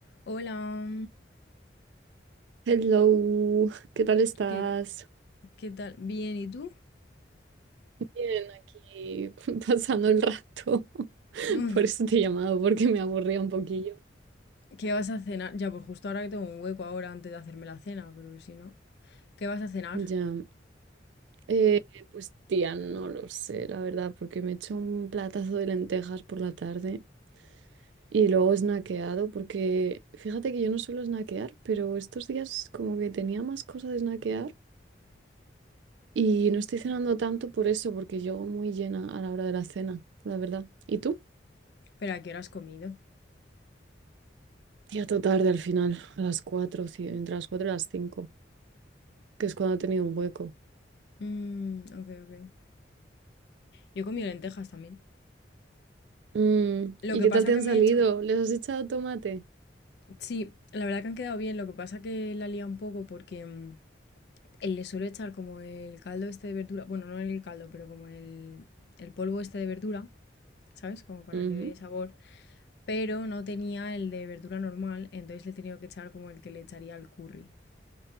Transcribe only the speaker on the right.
Hello, ¿qué tal estás?
Bien, aquí <laughs> pasando el rato. <laughs>
Por eso te he llamado, porque me aburría un poquillo.
Ya, eh, pues tía, no lo sé, la verdad, porque me he hecho un platazo de lentejas por la tarde y luego he snackeado, porque fíjate que yo no suelo snackear, pero estos días como que tenía más cosas de snackear y no estoy cenando tanto por eso, porque llego muy llena a la hora de la cena, la verdad. ¿Y tú?
Ya todo tarde al final, a las 4 sí, entre las 4 y las cinco que es cuando he tenido un hueco.
Mm,
¿y
qué
tal te
han
salido?
¿Les has echado tomate?
Ujú.